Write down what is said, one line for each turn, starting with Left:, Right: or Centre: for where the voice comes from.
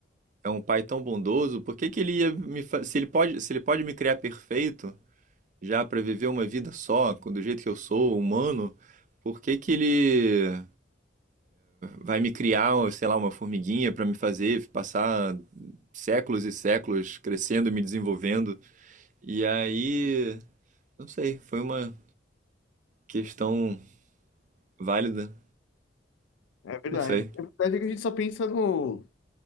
Right: é um pai tão bondoso, por que que ele ia me, fa- se ele pode, se ele pode me criar perfeito, já para viver uma vida só, do jeito que eu sou, humano, por que que ele vai me criar, sei lá, uma formiguinha para me fazer passar séculos e séculos crescendo, e me desenvolvendo. E aí, não sei, foi uma questão válida,
Left: é verdade.
Right: não sei.
Left: É verdade que a gente só pensa no